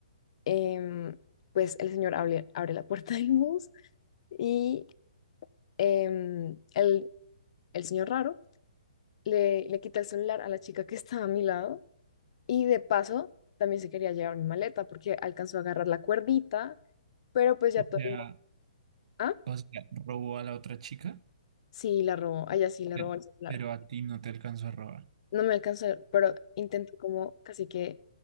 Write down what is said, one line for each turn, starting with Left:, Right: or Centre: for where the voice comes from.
Left: em, pues el señor abre, abre la puerta del bus y em, el, el señor raro le, le quita el celular a la chica que estaba a mi lado y de paso también se quería llevar mi maleta porque alcanzó a agarrar la cuerdita, pero pues ya
Right: O
Left: todo
Right: sea,
Left: el mundo, ah,
Right: o sea, robó a la otra chica,
Left: sí, la robó, ah, ya sí, le
Right: pero,
Left: robó el celular.
Right: pero a ti no te alcanzó a robar.
Left: No me alcanzó, pero intento como casi que,